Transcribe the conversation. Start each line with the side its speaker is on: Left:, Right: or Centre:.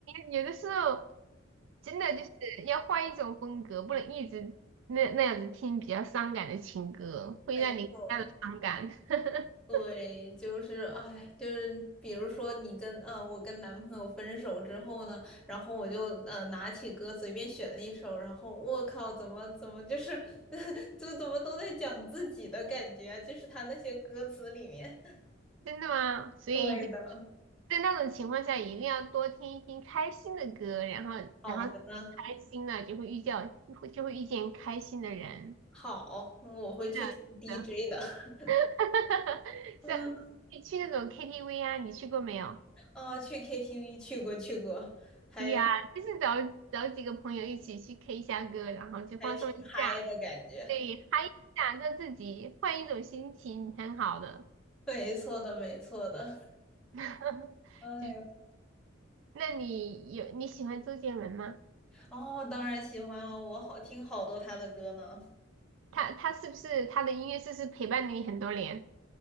Right: 你有的时候真的就是要换一种风格，不能一直那那样子听比较伤感的情歌，会让你非常的伤感。
Centre: 没错。
Right: <laughs>
Centre: 对，就是哎，就是比如说你跟呃，我跟男朋友分手之后呢，然后我就呃拿起歌随便选了一首，然后我靠，怎么怎么就是 <laughs> 就怎么都在讲自己的感觉啊，就是他那些歌词里面。<laughs>
Right: 真的吗？所以。
Centre: 对的，
Right: 在那种情况下，一定要多听一听开心的歌，然后，
Centre: 好的呢，
Right: 然后开心了就会遇见，会就会遇见开心的人。
Centre: 好，嗯我会去听
Right: 是的，
Centre: DJ
Right: 是的，
Centre: 的，<laughs>
Right: <laughs>
Centre: 嗯
Right: 是啊。你去那种 KTV 啊，你去过没有？
Centre: 啊，去 KTV 去过去过，还
Right: 对呀，就是找找几个朋友一起去 K 一下歌，然后去放松一下，
Centre: 还挺嗨的感觉，
Right: 对，嗨一下，让自己换一种心情，很好的。
Centre: 没错的，没错的。
Right: <laughs>
Centre: <laughs> 哎呦
Right: 就那你有你喜欢周杰伦吗？
Centre: 哦，当然喜欢啊，我好听好多他的歌呢。
Right: 他他是不是他的音乐是不是陪伴了你很多年？